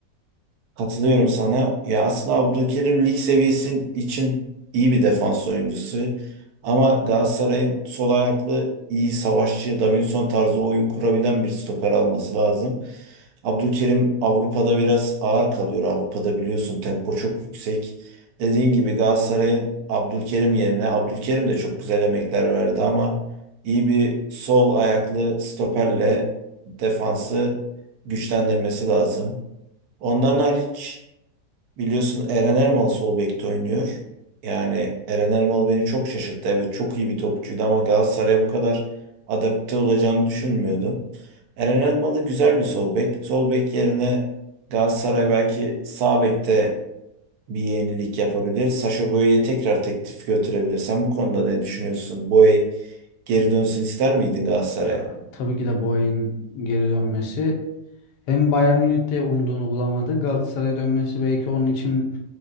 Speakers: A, on the right; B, on the left.
A: Katılıyorum sana. Ya aslında Abdülkerim lig seviyesi için iyi bir defans oyuncusu. Ama Galatasaray'ın sol ayaklı iyi savaşçı, Davinson tarzı oyun kurabilen bir stoper alması lazım. Abdülkerim Avrupa'da biraz ağır kalıyor. Avrupa'da biliyorsun tempo çok yüksek. Dediğin gibi Galatasaray'ın Abdülkerim yerine Abdülkerim de çok güzel emekler verdi ama iyi bir sol ayaklı stoperle defansı güçlendirmesi lazım. Ondan hariç biliyorsun Eren Ermal sol bekte oynuyor. Yani Eren Ermal beni çok şaşırttı. Evet çok iyi bir topçuydu ama Galatasaray'a bu kadar adapte olacağını düşünmüyordum. Eren Elmalı güzel bir sol bek. Sol bek yerine Galatasaray belki sağ bekte bir yenilik yapabilir. Sacha Boey'e tekrar teklif götürebilir. Sen bu konuda ne düşünüyorsun? Boey geri dönsün ister miydin Galatasaray'a?
B: Ya tabii ki de Boey'in geri dönmesi hem Bayern Münih'te umduğunu bulamadı. Galatasaray'a dönmesi belki onun için